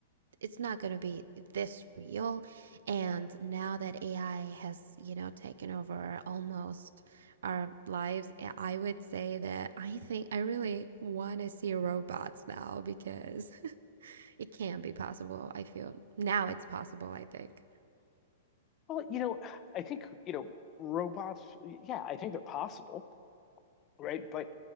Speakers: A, on the right (about 75°); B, on the left (about 30°).
A: it's not going to be this real and now that ai has you know taken over almost our lives I- would say that i think i really want to see robots now because <laughs> it can be possible i feel now it's possible i think
B: Well, you know, I think, you know, robots, yeah, I think they're possible, right? But,